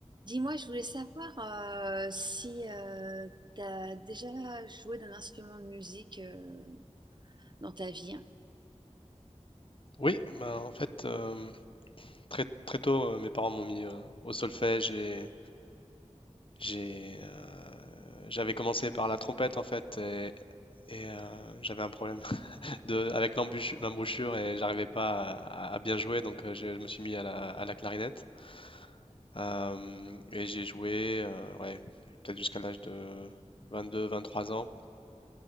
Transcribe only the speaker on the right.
Dis-moi, je voulais savoir euh, si tu as déjà joué d'un instrument de musique euh, dans ta vie.